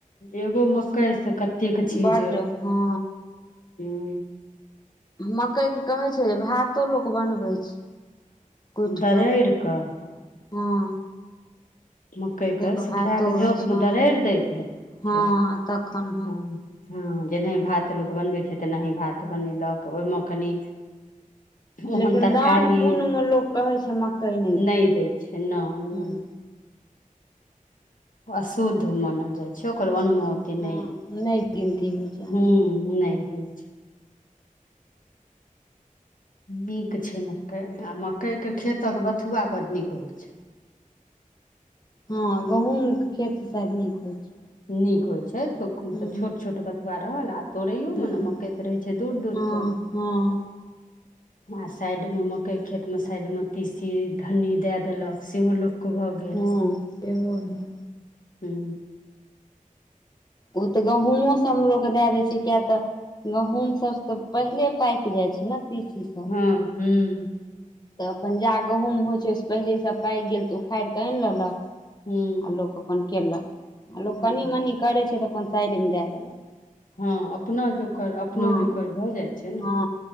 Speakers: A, on the left; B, on the left.
A: एगो मकइसँ कतेक चीज
B: बड्ड
A: हू।
B: हँ मक्कइके कहै छै जे भातो लोक बनबै छै। कुटि
A: दरैड़
B: कऽ
A: कऽ
B: हँ।
A: मकइके
B: भातो
A: सुखा कऽ
B: होइ
A: जातमे
B: छै हँ
A: दरड़ि दैत हे
B: हँ
A: छै हँ।
B: तखन
A: हँ जेनाहि भात लोक बनबै छै तेनाही भात बनेलक ओहिमे कनि। ओहन
B: लेकिन
A: तरकारी
B: दान पुण्यमे लोक कहै छै मकइ
A: नहि दै छै नहि
B: हूँ
A: नहि। अशुद्ध मानल जाइ छै ओकर अनमो के
B: हँ
A: नहि
B: नहि गिनती होइ छै ओहिमे
A: ह नहि होइ। छै नीक छै मकई आ मकई के
B: हूँ
A: खेतक बथुआ बड नीक होइ छै।
B: हँ गहूँमके खेत से शायद नीक होइ छै।
A: नीक होइ छै मतलब
B: हूँ
A: <unintelligible> छोट छोट बथुआ रहल आ। तोड़ैयो
B: हूँ
A: मे ने मकैत रहै छै दूर दूर
B: हँ
A: पर।
B: हँ
A: आ साइडमे मकइ खेतमे साइडमे तीसी धन्नी दए देलक सेहो लोक भऽ गेल
B: हँ
A: हूं।
B: सेहो भेल ओ तऽ गहुंमोसब मे लोक दए दै छै किए तऽ। गहूंम सब त पहिले पाकि जाय छै ने तीसी सब
A: हँ हूँ।
B: तऽ अपन जा गहूंम होइ छै पहिलेसँ पाकि गेल तऽ उखाड़ि कऽ आनि लेलक।
A: हुँ
B: आ लोक अपन केलक आ लोक
A: हुँ
B: कनि मनि करैय छैय तऽ अपन साइडमे दए देलक।
A: हँ अपना जोकर, अपना
B: हँ
A: जोकर भ जाइ छैय ने।
B: हँ